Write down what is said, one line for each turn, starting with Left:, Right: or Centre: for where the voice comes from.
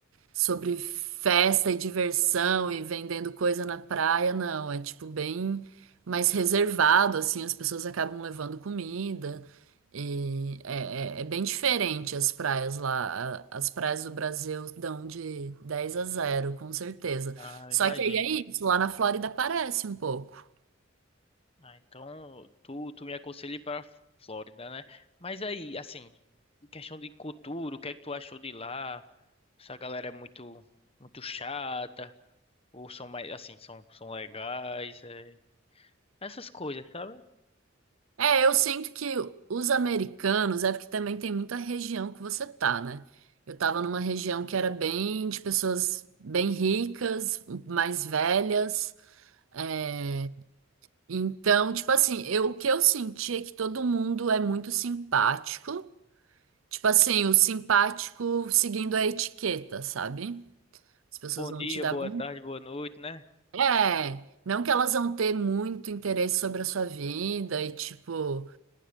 Right: sobre festa e diversão e vendendo coisa na praia, não. É tipo bem mais reservado, assim. As pessoas acabam levando comida. E é, é- é bem diferente as praias lá. A- As praias do Brasil dão de 10 a zero com certeza.
Left: Ah,
Right: Só
Left: imagino.
Right: que aí é isso. Lá na Flórida parece um pouco.
Left: Ah, então tu, tu me aconselha ir pra Flórida, né? Mas aí, assim, em questão de cultura, o que é que tu achou de lá? Essa galera é muito, muito chata, ou são mais, assim, são, são legais, é. Essas coisas, sabe?
Right: É, eu sinto que os americanos, é porque também tem muita região que você tá, né? Eu tava numa região que era bem de pessoas bem ricas, mais velhas. é, Então, tipo assim, eu, o que eu senti é que todo mundo é muito simpático. Tipo assim, o simpático seguindo a etiqueta, sabe? As pessoas
Left: Bom
Right: vão
Left: dia,
Right: te dar
Left: boa
Right: bom.
Left: tarde, boa noite, né?
Right: É, não que elas vão ter muito interesse sobre a sua vida e tipo.